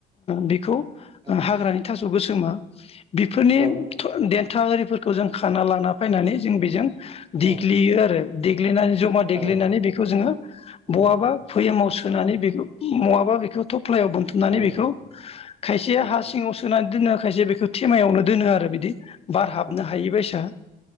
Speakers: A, on the left; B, on the right.
A: बि- <unintelligible>
B: औ
A: हाग्रानि थास' स' गोसोमा बेफोरनि
B: औ
A: देन्था आरिफोरखौ जों खाना लाना फैनानै जों बेजों देग्लियो
B: औ
A: आरो दि दिग्लिनानै जमा देग्लिनानै
B: औ
A: बेखौ जोङो
B: उम
A: बहाबा फ'येमाव सुनानै बेखौ नङाबा बेखौ थब फ्लायाव बोनथुमनानै
B: औ
A: बेखौ खायसे
B: औ
A: हा सिङाव सुनानै दोनोखायसो बेखौ थेमायावनो दोनो आरो बिदि। बार हाबनो
B: औ
A: हायिबायसा